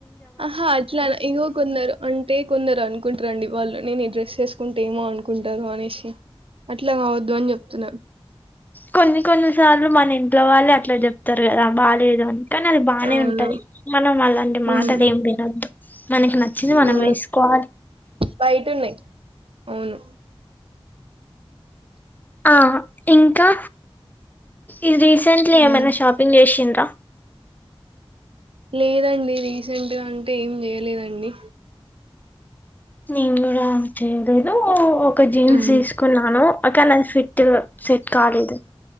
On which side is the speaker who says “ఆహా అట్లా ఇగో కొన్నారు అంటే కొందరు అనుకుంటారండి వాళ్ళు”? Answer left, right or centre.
Right